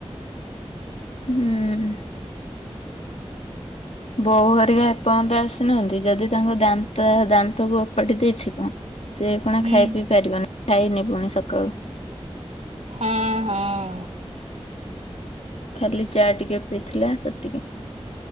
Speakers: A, on the left (about 80°); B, on the right (about 80°).
A: ହୁଁ। ବୋଉ ହେରିକା ଏପନ୍ତ ଆସିନାହାନ୍ତି ଯଦି ତାଙ୍କ ଦାନ୍ତ ଦାନ୍ତକୁ ଓପାଟି ଦେଇଥିବା ସେ କଣ
B: ହୁଁ
A: ଖାଇ ପିଇ ପାରିବନି। ଯାଇନି ପୁଣି ସକାଳୁ।
B: ହୁଁ ହୁଁ।
A: ଖାଲି ଚା ଟିକେ ପିଇଥିଲା ସେତିକି।